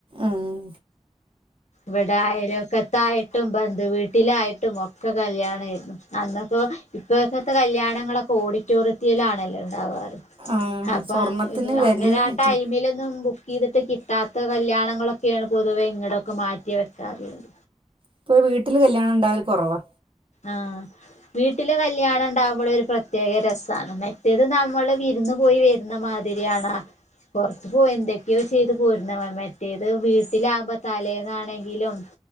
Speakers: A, on the right; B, on the left.
A: ആഹ്
B: വെടയലോക്കത് ത്തായിട്ടും ബന്ധു വീട്ടിലായിട്ടും ഒക്കെ കല്യാണേര്ന്നു, അന്നപ്പോ ഇപ് പ്പോഴക്കത്തെ കല്യാണങ്ങളൊക്കെ ഓഡിറ്റോറിയൽലാണല്ലോ ണ്ടാവർ
A: ആ
B: അപ്പ
A: സ്വർണത്തിന്
B: അങ്ങ് എ
A: വിലയായിട്ട്
B: അങ്ങനെ ആ ടൈമിലൊന്നും ബുക്ക് ക്കെയ്തിട്ട് കിട്ടാത്ത കല്യാണങ്ങളൊക്കെയാണ് പൊതുവെ ഇങ്ങടൊക്കെ മാറ്റി വെക്കാറ്ള്ളത്
A: ഇപ്പൊ വീട്ടില് കല്യാണം ഇണ്ടാവല് കൊറവാ
B: ആഹ് വീട്ടില് കല്യാണം ഇണ്ടാവുമ്പള് ഒരു പ്രത്യേക രസാണ് മറ്റേത് നമ്മള് വിരുന്ന് പോയി വെര് ര്ന്ന മാതിരി ആണാ പൊറത്ത് പോയി എന്തൊക്കെയോ ചെയ്ത് പോര്ണ മറ്റേത് വീട്ടിലാവുമ്പോ തലേന്നാണെങ്കിലും